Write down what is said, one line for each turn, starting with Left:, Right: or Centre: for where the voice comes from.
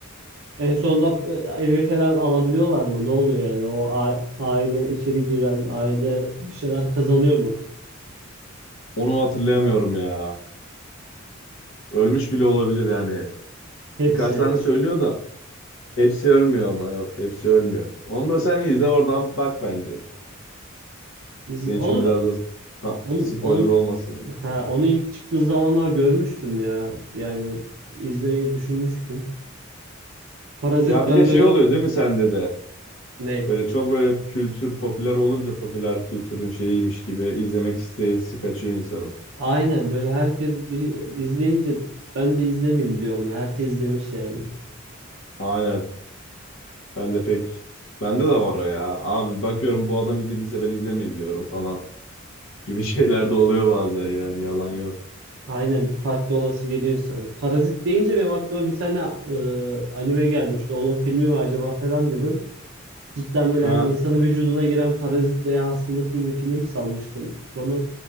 Right: En sonunda e, evi falan alabiliyorlar mı? Ne oluyor yani? O a- aile içeri giren, aile bir şeyler kazanıyor mu?
Left: Onu hatırlayamıyorum ya. Ölmüş bile olabilir yani.
Right: Hepsi.
Left: Birkaç tane söylüyor da Hepsi ölmüyor ama yok. Hepsi ölmüyor. Onu da sen izle oradan bak bence.
Right: Biz-
Left: Senin
Right: Onu
Left: için biraz
Right: ben-
Left: da ha,
Right: onu,
Left: spoiler
Right: onu,
Left: olmasın yani.
Right: ha, onu ilk çıktığı zamanlar görmüştüm ya. Yani izlemeyi düşünmüştüm. Parazit
Left: Ya
Right: ben
Left: bir de şey
Right: böyle
Left: oluyor değil mi sende de?
Right: ne?
Left: Böyle çok böyle kültür popüler olunca popüler kültürün şeyiymiş gibi izlemek isteği kaçıyor insanın.
Right: Aynen böyle herkes bir izleyince ben de izlemeyeyim diyorum ya. Herkes izlemiş yani.
Left: Aynen. Ben de pek bende de var o ya. Abi bakıyorum bu adam izlediyse ben izlemeyeyim diyorum falan gibi <laughs> şeyler de oluyor bazen yani yalan yok.
Right: Aynen bir farklı olası geliyor insana. Parazit deyince benim aklıma bir tane e, anime gelmişti. Onun filmi mi acaba falan dedim. Cidden böyle
Left: Ha,
Right: hani insanın vücuduna giren parazit veya hastalıklı bir film sanmıştım. Sonra